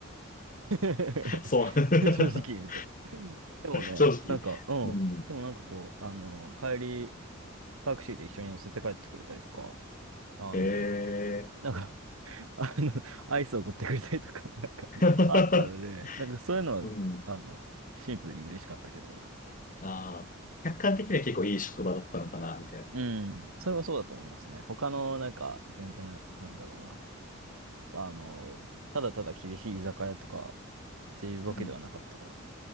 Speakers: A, on the right; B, on the left.
A: <laughs> 正直言うと。
B: <laughs> そう。<laughs>
A: でもね、
B: 正直。
A: なんか、うん。
B: うん。
A: でもなんかこう、あの、帰り、タクシーで一緒に乗せて帰ってくれたりとか、あの、
B: ええ
A: なんかあの、アイスを送ってくれたりとか、<laughs> なんか、
B: <laughs>
A: あったので、なんかそういうのは、
B: うん。
A: あの、シンプルに嬉しかったけど、
B: <laughs> ああ、客観的には結構いい職場だったのかな、みたいな。
A: うん、それはそうだと思いますね。他の、なんか、全然、なんだろうな、あの、ただただ厳しい居酒屋とかっていうわけではなかったから、
B: うん。